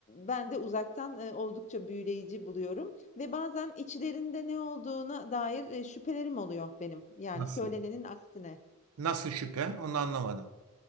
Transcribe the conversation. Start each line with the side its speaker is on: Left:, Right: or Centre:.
Left: ben de uzaktan e, oldukça büyüleyici buluyorum. Ve bazen içlerinde ne olduğuna dair e, şüphelerim oluyor benim. Yani
Right: nasıl?
Left: söylenenin aksine.
Right: Nasıl şüphe? Onu anlamadım.